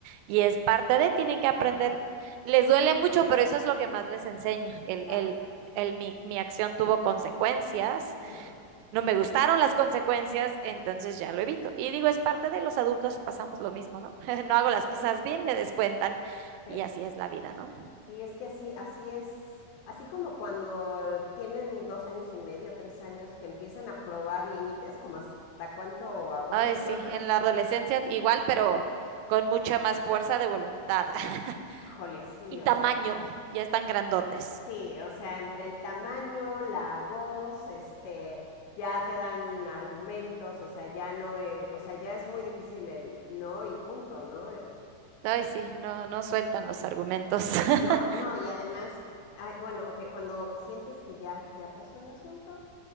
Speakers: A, on the right; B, on the left.
A: Y es parte de, tienen que aprender.
B: Ajá,
A: Les duele mucho, pero eso es lo que más les enseña. El,
B: claro.
A: el, el, mi, mi acción tuvo consecuencias
B: Ujú,
A: no me gustaron las consecuencias, entonces ya lo evito. Y digo, es parte de los adultos, pasamos lo mismo, ¿no? <laughs> No hago las cosas bien, me descuentan
B: Sí,
A: y así es la vida, ¿no?
B: sí, es que así, así es, así como cuando tienen dos años y medio, tres años, que empiezan a probar límites, como hasta cuánto aguantas,
A: Ay, sí,
B: mamá.
A: en la adolescencia igual, pero con mucha más fuerza de voluntad <laughs>
B: Híjole, sí,
A: y tamaño,
B: o sea,
A: ya están grandotes.
B: sí, o sea, entre el tamaño, la voz, este, ya te dan argumentos, o sea, ya no es, o sea, ya es muy difícil el no y punto, ¿no?
A: Ay, sí, no, no sueltan los argumentos. <laughs>
B: No, no, y además, ay, bueno, ok, cuando sientes que ya, ya pasó el asunto,